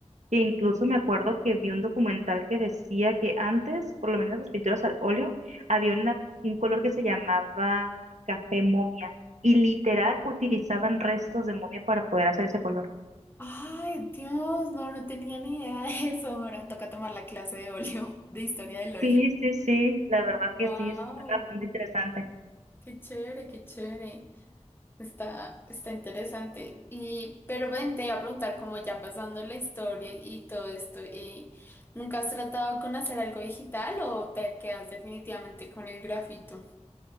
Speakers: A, on the right; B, on the left.
A: que incluso me acuerdo que vi un documental que decía que antes, por lo menos las pinturas al óleo, había una- un color que se llamaba café momia y literal utilizaban restos de momia para poder hacer ese color.
B: Ay, Dios, no, no tenía ni idea de eso. Ahora toca tomar la clase de óleo, de historia del óleo.
A: Sí, sí, sí, la verdad
B: Wow,
A: que sí, es bastante interesante.
B: qué chévere, qué chévere. Está, está interesante. Y, pero ven, te iba a preguntar, como ya pasando la historia y todo esto, eh, ¿nunca has tratado con hacer algo digital o te quedas definitivamente con el grafito?